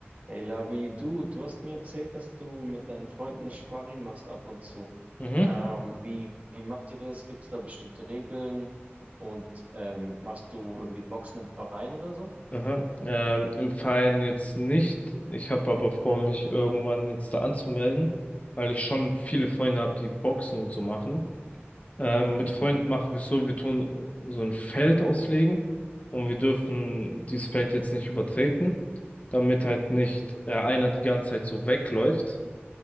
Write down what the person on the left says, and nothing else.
Mhm.
Aha. Ähm, im Verein jetzt nicht. Ich habe aber vor, mich irgendwann jetzt da anzumelden, weil ich schon viele Freunde habe, die Boxen und so machen. Ähm, mit
Freunden machen wir es so, wir tun so ein Feld auslegen und wir dürfen dieses Feld jetzt nicht übertreten, damit halt nicht
äh, einer die ganze Zeit so wegläuft.